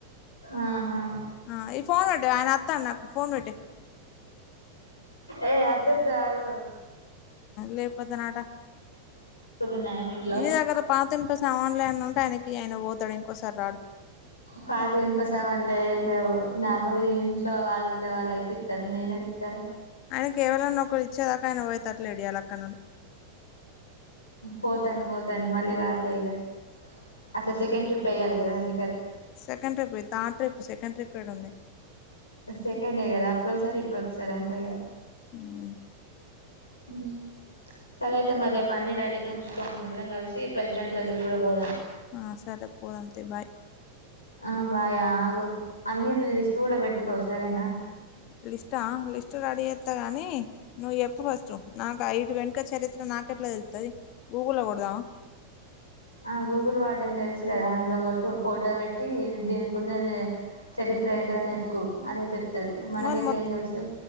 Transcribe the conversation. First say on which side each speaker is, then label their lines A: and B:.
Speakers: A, on the left; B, on the left.
A: ఆహా
B: ఆ ఈ ఫోన్ పెట్టేయ్ ఆయన వత్తా నాకు ఫోన్ పెట్టేయ్
A: ఏయ్ అద్దద్దు అగు
B: లేకపోతేనట
A: ఉన్నాయా మీ ఇంట్లో
B: నీదగ్గర పాత ఇనుప సామాన్లు ఏమన్నా ఉంటే ఆయనకిీ బోతడు ఇంకోసారి రాడు
A: పాత ఇన్పసామాన్లు ఏం లెేవు నార్మల్గా ఇంట్లో వా ళ్ళుండే వాళ్ళయితే ఇత్తర్ నేనందుకిత్త
B: ఆయన కేవలన్నా ఒక్కలు ఇచ్చేదాకా ఆయన పోయేతట్ లెడ్ ఇయాల అక్కడ నుండి
A: పోతాండు పోతాండు మళ్ళీ రాడ్ లే ఇగా అట్లా సెకండ్ ట్రిప్ ఏయ్యాలి కదా అందు
B: సెకండ్ ట్రిప్ యి థర్డ్ ట్రిప్ సెకండ్ ట్రిప్ ఎడుంది
A: సెకండ్ డే గదా అప్పుడు ఒకసారి ఇప్పుడు ఒకసారి అంతేగా
B: ఉమ్
A: ఉమ్ సరైతే మరి రేప్ పన్ని రెడీగా ఉంచుకో మనిద్రం గలిసి ప్రెసిడెంట్ దగ్గర గూడ పోదాం
B: ఆ సరే పోదాంతీ బాయ్
A: ఆ బాయా ఆగు అన్ని లిస్ట్ గూడ పెట్టుకో సరేనా
B: లిస్టా లిస్ట్ రెడీ చేత్తా గాని నువ్వు చెప్పు ఫస్ట్ నాకు అయిదు గం గా చరిత్ర నాకెట్ల దెలుత్తది గూగుల్లో గొడదామా
A: ఆ గూగుల్ వాడ్డం దెలుసు గదా అందులో గొట్టు ఫోటో పెట్టి దీనికున్నది చరిత్ర ఏంటిదని ఎతుకు అదే చెప్తది మనకైతే
B: మరి మొ
A: ఏం తెలుసు